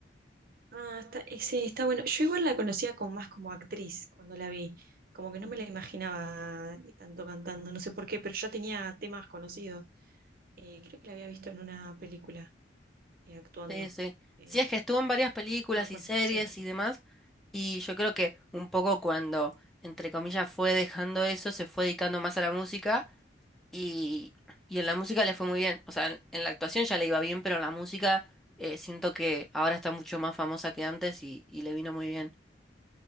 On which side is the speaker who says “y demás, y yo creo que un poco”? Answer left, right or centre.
Centre